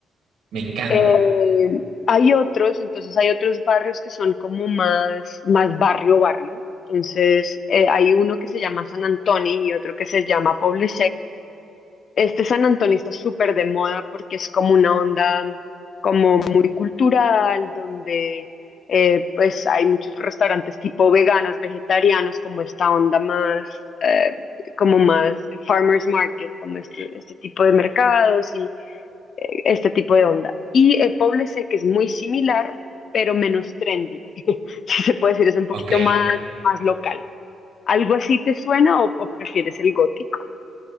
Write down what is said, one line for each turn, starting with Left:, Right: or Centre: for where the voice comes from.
Right: Me encanta.
Left: Eh, hay otros, entonces hay otros barrios que son como más, más barrio, barrio. Entonces eh, hay uno que se llama San Antonio y otro que se llama Poble Este San Antonio está súper de moda porque es como una onda como muy cultural, donde eh, pues hay muchos restaurantes tipo veganos, vegetarianos, como esta onda más, eh, como más farmers market, como este, este tipo de mercados y eh, este tipo de onda. Y eh, Poblete, que es muy similar, pero menos trendy, <laughs> si se puede decir, es un poquito
Right: Ok.
Left: más, más local. ¿Algo así te suena o o prefieres el gótico?